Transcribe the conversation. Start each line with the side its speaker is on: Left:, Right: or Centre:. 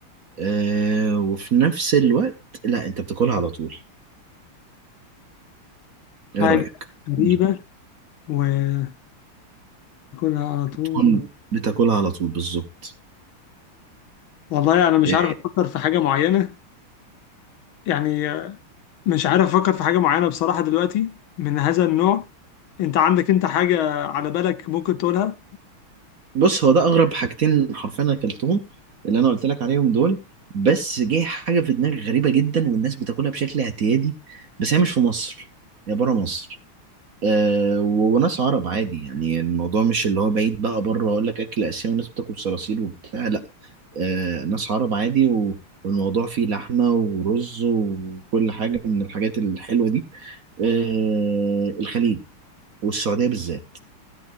Right: أه وفي نفس الوقت لا أنت بتاكلها على طول إيه
Left: حاجه
Right: رأيك؟
Left: غريبه
Right: مم.
Left: وباكلها على طول
Right: تكون بتاكلها على طول بالظبط
Left: والله انا يعني مش
Right: إيه،
Left: عارف افكر في حاجه معينه يعني آه، مش عارف افكر في حاجه معينه بصراحه دلوقتي من هذا النوع انت عندك انت حاجه على بالك ممكن تقولها
Right: بص هو ده أغرب حاجتين حرفيا أنا أكلتهم اللي أنا قلت لك عليهم دول بس جه حاجة في دماغي غريبة جدا والناس بتاكلها بشكل اعتيادي بس هي مش في مصر هي بره مصر أه وناس عرب عادي يعني الموضوع مش اللي هو بعيد بقى بره اقول لك اكل اسيوي وناس بتاكل صراصير وبتاع لا أه ناس عرب عادي و... والموضوع فيه لحمة ورز وكل حاجة من الحاجات الحلوة دي أه الخليج والسعودية بالذات